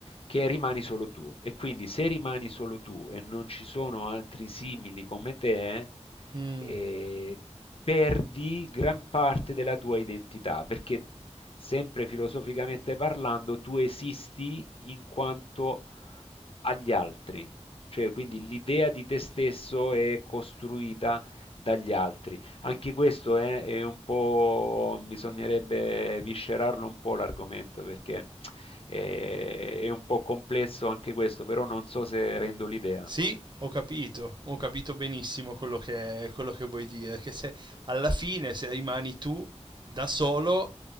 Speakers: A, on the left; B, on the right.
A: che rimani solo tu. E quindi se rimani solo tu e non ci sono altri simili come te,
B: Mm,
A: eh, perdi gran parte della tua identità, perché sempre filosoficamente parlando tu esisti in quanto agli altri, cioè quindi l'idea di te stesso è costruita dagli altri. Anche questo è, è un po', bisognerebbe viscerarlo un po' l'argomento perché eh, è, un po' complesso anche questo, però non so se rendo l'idea.
B: Sì, ho capito, ho capito benissimo quello che, quello che vuoi dire,
A: Eh,
B: che se alla fine se rimani tu da solo